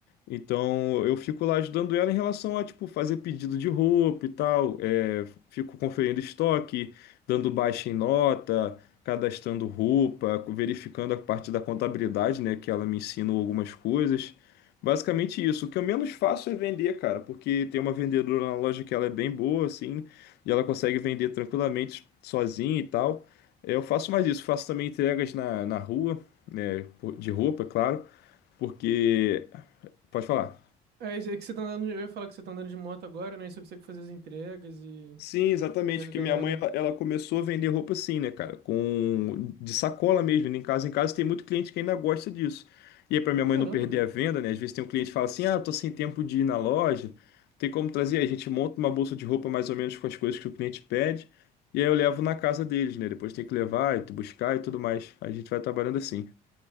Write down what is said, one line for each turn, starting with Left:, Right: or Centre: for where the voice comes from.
Left: Então eu fico lá ajudando ela em relação a tipo fazer pedido de roupa e tal, é, fico conferindo estoque, dando baixa em nota, cadastrando roupa, verificando a parte da contabilidade, né, que ela me ensina algumas coisas. Basicamente isso. O que eu menos faço é vender, cara, porque tem uma vendedora na loja que ela é bem boa, assim, e ela consegue vender tranquilamente sozinha e tal. É, Eu faço mais isso, faço também entregas na, na rua, né, por- de roupa, é claro, porque pode falar.
Right: É isso aí que você tá andando. de- Eu ia falar que você tá andando de moto agora, né? Isso que você consegue fazer as entregas e,
Left: Sim, exatamente,
Right: e ajudar
Left: porque minha
Right: lá,
Left: mãe
Right: né?
Left: ela, ela começou a vender roupa assim, né, cara, com de sacola mesmo, indo em casa em casa tem muito cliente que ainda gosta disso. E aí para minha mãe
Right: Caramba,
Left: não perder
Right: cara.
Left: a venda, né, às vezes tem um cliente que fala assim: "Ah, tô sem tempo de ir na loja, tem como trazer?" Aí a gente monta uma bolsa de roupa mais ou menos com as coisas que o cliente pede, e aí eu levo na casa deles, né? Depois tem que levar e tu buscar e tudo mais. A gente vai trabalhando assim.